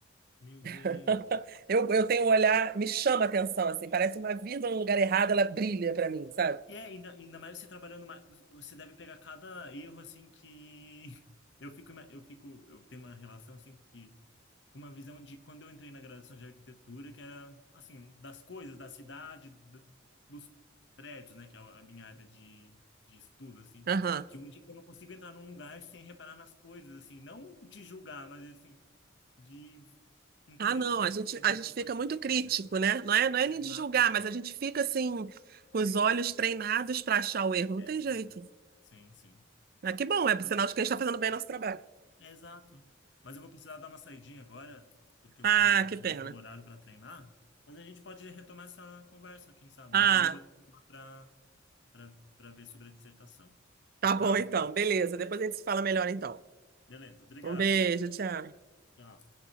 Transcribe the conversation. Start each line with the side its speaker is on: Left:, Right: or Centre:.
Left: meu Deus.
Right: <laughs> Eu, eu tenho um olhar, me chama a atenção, assim, parece uma vírgula no lugar errado, ela brilha pra mim, sabe?
Left: E é, ainda, ainda mais você trabalhando mais, você deve pegar cada erro assim que <laughs> eu fico, ima- eu fico, eu tenho uma relação assim que com uma visão de quando eu entrei na graduação de arquitetura, que era, assim, das coisas, da cidade, d- dos prédios, né, que é a minha área de, de estudo, assim,
Right: Aham.
Left: que hoje eu não consigo entrar num lugar sem reparar nas coisas, assim, não de julgar, mas, assim, de entender
Right: Ah, não,
Left: como
Right: a
Left: que
Right: gente,
Left: a dinâmica
Right: a gente fica
Left: foi
Right: muito
Left: feita,
Right: crítico,
Left: né?
Right: né? Não é, não é
Left: Exato.
Right: nem de julgar, mas a gente fica assim, com os olhos treinados para achar o erro. Não
Left: É,
Right: tem jeito.
Left: sim, sim.
Right: Ah, que bom, é
Left: Mas,
Right: sinal de que a gente está fazendo bem nosso trabalho.
Left: é exato. Mas eu vou precisar dar uma saidinha agora, porque eu
Right: Ah,
Left: vou aproveitar
Right: que pena.
Left: o horário para treinar. Mas a gente pode retomar essa conversa, quem sabe,
Right: Ah,
Left: né? E eu vou te chamar para para para ver sobre a dissertação. Combinado?
Right: tá bom então, beleza. Depois a gente se fala melhor então.
Left: Beleza, obrigado.
Right: Um beijo, tchau.
Left: Tchau.